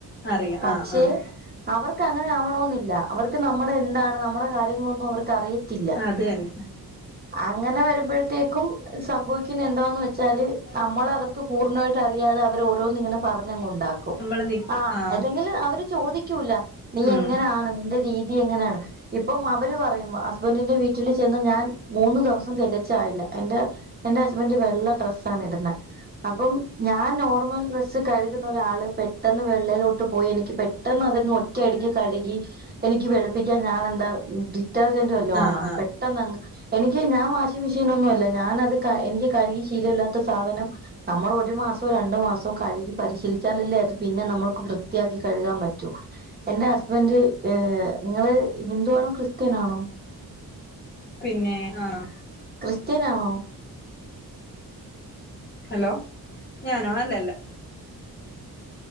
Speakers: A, on the left; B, on the right.
A: അറിയാം
B: പക്ഷെ
A: ആഹ് ആഹ്
B: അവർക്ക് അങ്ങനെ ആവണെന്നില്ല അവർക്ക് നമ്മുടെ എന്താണ് നമ്മുടെ കാര്യങ്ങളൊന്നും അവർക്ക് അറിയത്തില്ല
A: അത് തന്നെ
B: അങ്ങനെ വരുമ്പോഴത്തേക്കും സംഭവിക്കുന്ന എന്താന്ന് വച്ചാല് നമ്മള അവർക്ക് ക്ക്പൂർണായിട്ട് അറിയാതെ അവര് ഓരോന്നിങ്ങനെ പറഞ്ഞങ്ങുണ്ടാക്കും.
A: നമ്മള് നിക്ക
B: ആ
A: ആഹ്
B: കില്അവര് ചോദിക്കൂല്ല നീ
A: ഉം
B: എങ്ങനെആണ് ന്റെ രീതി എങ്ങനെയാണ് ഇപ്പം അവര്പറയും ഹസ്ബൻഡിന്റെ വീട്ടില് ചെന്ന് ഞാൻ മൂന്നു ദിവസം തികച്ചായില്ല എന്റെ എന്റെ ഹസ്ബൻറ് വെള്ള ഡ്രസാണ്ണ് ഇടുന്നെ അപ്പം ഞാൻ നോർമൽ ഡ്രസ്സ് കഴുകുന്ന ഒരാള് പെട്ടെന്ന് വെള്ളയിലോട്ട് ട്ട് പോയി എനിക്ക് പെട്ടെന്ന് അതൊന്ന് ഒറ്റയടിക്ക് കഴികി എനിക്ക് വെള്പ്പിക്കാൻ ഞാൻ എന്താ ഡിറ്റർജന്റ് വല്ലൊ
A: ആഹ്
B: ആണോ
A: ആഹ്
B: പെട്ടന്ന് എനിക്ക് ഞാൻ വാഷിമെഷീനെന്നുംല്ല ഞാനത് കഎനിക്ക് കഴ്കിയത് ശീലല്ലാത്ത സാധനം നമ്മൾ ഒരു മാസോ രണ്ട് മാസോ കഴുകി പരിശീലിച്ചാലല്ലേ അത് പിന്നെ നമ്മുക്ക് വൃ വൃത്തിയാക്കി കഴുകാൻ പറ്റൂ എന്റെ ഹസ്ബൻഡ് ഏ നിങ്ങള് ഹിന്ദു ആണോ ക്രിസ്ത്യനാണോ
A: പിന്നെ ആഹ്
B: ക്രിസ്ത്യനാണോ
A: ഹലോ ഞാനോ അല്ലല്ല